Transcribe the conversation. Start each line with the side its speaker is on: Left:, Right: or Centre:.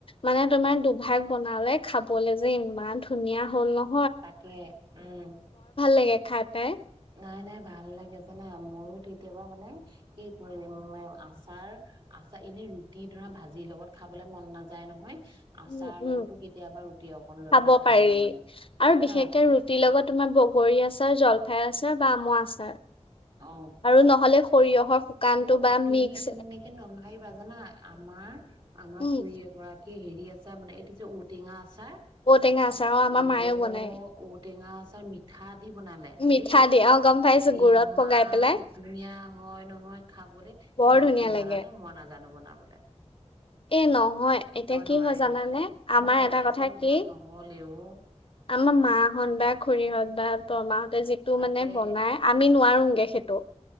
Left: মানে তোমাৰ দুভাগ বনালে খাবলে যে ইমান ধুনীয়া হ'ল নহ
Right: তাকে উম,
Left: লাগে খাই পাই,
Right: নাই নাই ভাল লাগে জানা মইয়ো কেতিয়াবা মানে এই আচাৰ আচাৰ এনে ৰুটি ধৰা ভাজিৰ লগত খাবলৈ মন নাযায় নহয়। আচাৰ
Left: উ
Right: লগতো
Left: উম
Right: কেতিয়াবা ৰুটি অকন লৈ
Left: খাব
Right: পেলাই খাই
Left: পাৰি
Right: দিওঁ মানে।
Left: আৰু বিশেষকে
Right: ন
Left: ৰুটিৰ লগত তোমাৰ বগৰী আচাৰ জল ঠাইৰ আছে বা আম আচাৰ
Right: অ'।
Left: আৰু নহ'লে, সৰিয়হৰ, শুকানটো
Right: অ
Left: বা
Right: তুমি
Left: মিক্স
Right: তেনেকে নাভাবিবা জানা আমাৰ আমাৰ
Left: উম,
Right: খোৰী এগৰাকী হেৰি আছে মানে এইটো যে ঔটেঙা। ছাৰ
Left: ঔটেঙা আচাৰ অ' আমাৰ
Right: ঔ
Left: মায়েও বনায়।
Right: ঔ টেঙা। তাৰ পিছত মিঠা। আ বনালে
Left: মিঠা
Right: দেই
Left: দিয়ে অ' গম পাইছো গুড়ত
Right: ইমান
Left: পগাই পেলাই
Right: ধুনীয়া হয় নহয়। বুলি
Left: বৰ
Right: কিন্তু
Left: ধুনীয়া
Right: তুমি জানে
Left: লাগে।
Right: মই নাজানো। জানো বনাবলৈ।
Left: এ নহয় এতিয়া কি
Right: নোৱাৰিলো
Left: হয় জানানে আমাৰ
Right: মই বনাইছিলো
Left: এটা কথা কি
Right: ভাল নহ'লে অ'
Left: আমাৰ মাহত বা খুৰীহত বা তমাক যিটো
Right: তাকে
Left: মানে বনাই আমি নোৱাৰোগে সেইটো